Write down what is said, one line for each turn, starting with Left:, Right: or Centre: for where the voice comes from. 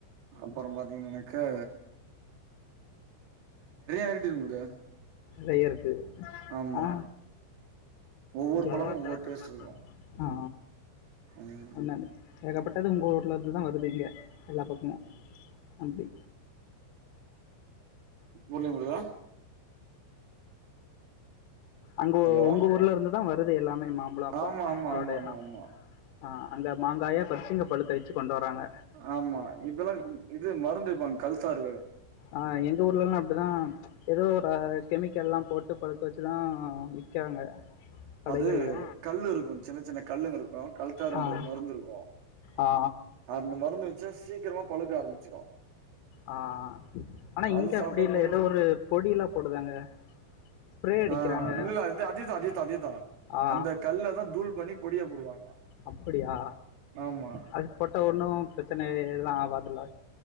Right: அப்பற பாத்தீங்னா எனக்கு வெரைட்டி இருக்குது.
Left: நெறைய இருக்கு
Right: ஆமா.
Left: ஆ
Right: ஒவ்வொரு
Left: ஜா
Right: பழமும்
Left: ஆ
Right: ஒவ்வொரு டேஸ்ட் இருக்கு.
Left: ஆ
Right: ம்.
Left: அன்ன ஏகப்பட்டது உங்க ஊர்ல இருந்துதா வருது இங்க எல்லா பக்கமு அப்டி
Right: ஊர்லயு ஒருதா
Left: அங்க
Right: ஹலோ
Left: உங்க ஊர்ல இருந்துதா வருது எல்லாமே மாம் விலாப்பழ
Right: ஆமா, ஆமா,
Left: தோடேதா
Right: ஆமா, ஆமா, ஆமா.
Left: அ அங்க மாங்காய பறிச்சு இங்க பழுக்க வெக் ச்சு கொண்டு வராங்க
Right: ஆமா. இதெல்லா இது மருந்து வெப்பாங்க கல்தாரு.
Left: ஆ எங்க ஊர்லலாம் அப்டிதா எதோ ஒரு கெமிக்கல்லா போட்டு பழுக்க வெச்சுதா விக்கிறாங்க கடைகள்ல
Right: அது கல்லு இருக்கு. சின்ன சின்ன கல்லுங்க இருக்கு. கல்தாருன்ற
Left: ஆ
Right: ஒரு மருந்து இருக்கு.
Left: ஆ
Right: அந்த மருந்து வச்சா சீக்கிரமா பழுக்க ஆரம்பிச்சிரு.
Left: ஆ ஆனா
Right: அது
Left: இங்க
Right: சாப்ட்டா
Left: அப்டி இல்ல
Right: கொஞ்சோ
Left: எதோ ஒரு பொடிலா போடுதாங்க ஸ்பிரே அடிக்கிறாங்க
Right: ஆ இல்ல இல்ல அது அதேதா அதேதா அதேதா.
Left: ஆ
Right: அந்த கல்ல தான் தூள் பண்ணி பொடியா போடுவாங்க.
Left: அப்பிடியா
Right: ஆமா
Left: அது போட்டா ஒன்னு பிரச்சன எதுலா ஆவாதுல்ல